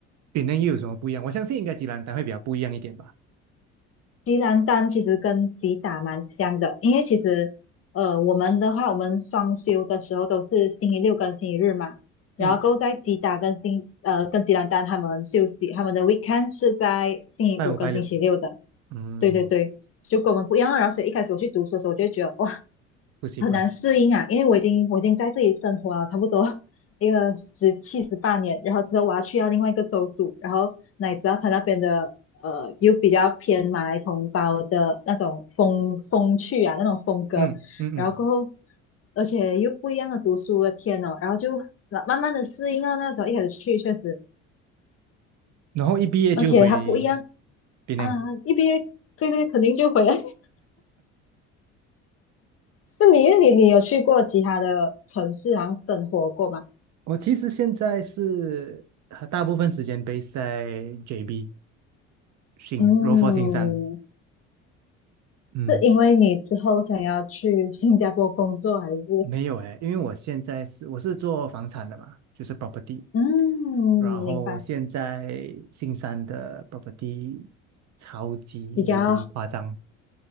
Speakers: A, on the right; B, on the left.
A: 比嫩又有什么不一样？我相信应该吉兰丹会比较不一样一点吧。
B: 吉兰丹其实跟吉打蛮像的，因为其实呃，我们的话，我们双休的时候都是星期六跟星期日嘛，然后够在吉打跟星呃跟吉兰丹他们休息，
A: 嗯，
B: 他们的 weekend 是在星期五跟星期六的，
A: 拜五拜六，嗯，
B: 对对对，就跟我们不一样啊。然后所以一开始我去读书的时候，我就会觉得哇，
A: 不习惯。
B: 很难适应啊，因为我已经我已经在这里生活了差不多 <laughs> 一个十七十八年，然后之后我要去到另外一个州属，然后乃知道他那边的呃又比较偏马来同胞的那种风风趣啊那种风格，
A: 嗯嗯嗯，
B: 然后过后而且又不一样的读书的天哦，然后就慢慢慢的适应到那时候一开始去确实，
A: 然后一毕业就回
B: 而且它不一样
A: 比嫩。
B: 啊，一毕业对对肯定就回来。<laughs> 那你你你有去过其他的城市，好像生活过吗？
A: 我其实现在是呃大部分时间 base 在 JB 新罗佛新山。
B: 嗯，
A: 嗯。
B: 是因为你之后想要去新加坡工作，还是
A: 没有哎，因为我现在是我是做房产的嘛，就是 property，
B: 嗯，明白，
A: 然后现在新山的 property 超级无敌夸张。
B: 比较